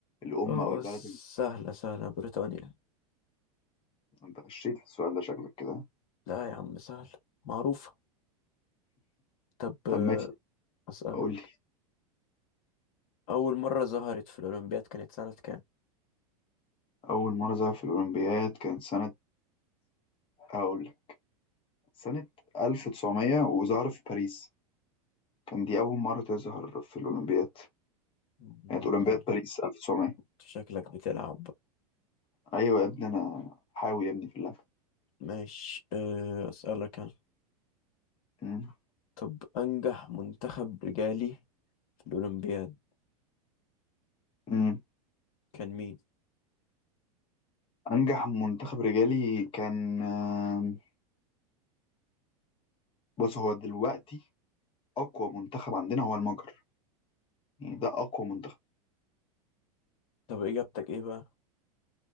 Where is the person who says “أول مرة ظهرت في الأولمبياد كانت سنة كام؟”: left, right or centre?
Left